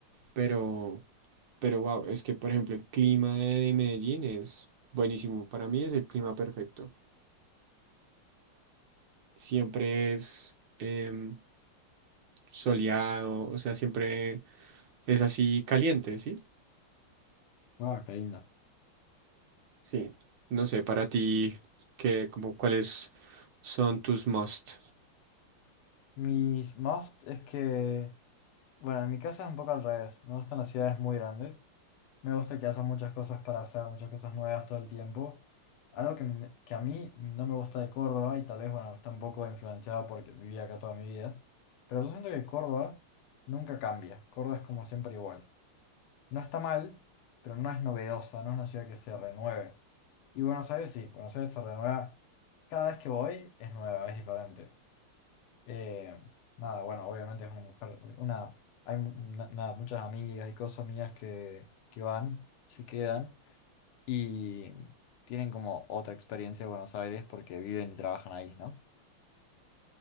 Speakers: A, on the right; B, on the left.
A: pero, pero wow, es que por ejemplo el clima de Medellín es buenísimo. Para mí es el clima perfecto. Siempre es em, soleado, o sea, siempre es así caliente, ¿sí?
B: Guau, qué lindo.
A: Sí. No sé, para ti, qué como cuáles son tus must?
B: Mis must es que, bueno, en mi caso es un poco al revés. Me gustan las ciudades muy grandes. Me gusta que haya muchas cosas para hacer, muchas cosas nuevas todo el tiempo. Algo que, me- que a mí no me gusta de Córdoba y tal vez, bueno, está un poco influenciado porque viví acá toda mi vida. Pero yo siento que Córdoba nunca cambia. Córdoba es como siempre igual. No está mal, pero no es novedosa, no es una ciudad que se renueve. Y Buenos Aires sí, Buenos Aires se renueva. Cada vez que voy es nueva, es diferente. Eh, nada, bueno, obviamente es una mujer, una, hay mu- na- nada, muchas amigas y cosas mías que, que van y se quedan y tienen como otra experiencia de Buenos Aires porque viven y trabajan ahí, ¿no?